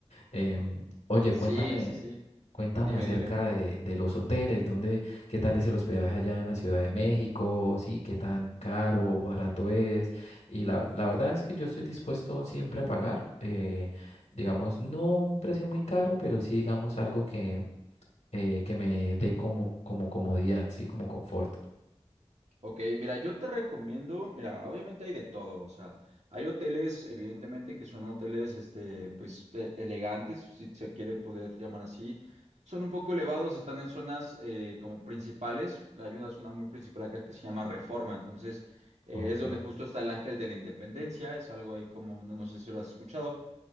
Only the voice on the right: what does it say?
Sí,
sí, sí.
Dime,
dime.
Ok, mira, yo te recomiendo, mira, obviamente hay de todo, o sea, hay hoteles, evidentemente, que son hoteles, este, pues, e- elegantes, si se quiere poder llamar así. Son un poco elevados, están en zonas eh, como principales. Hay una zona muy principal acá que se llama Reforma, entonces eh,
es donde justo está el Ángel de la Independencia, es algo ahí como, no, no sé si lo has escuchado.